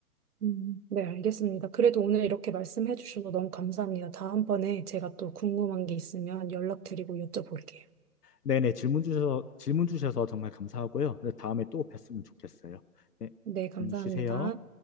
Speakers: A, on the right; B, on the left.
A: 음, 네, 알겠습니다. 그래도 오늘 이렇게 말씀해 주셔서 너무 감사합니다. 다음번에 제가 또 궁금한 게 있으면 연락드리고 여쭤볼게요.
B: 네네, 질문 주셔서, 질문 주셔서 정말 감사하고요. 네, 다음에 또 뵀으면 좋겠어요. 네,
A: 네, 감사합니다.
B: 음, 쉬세요.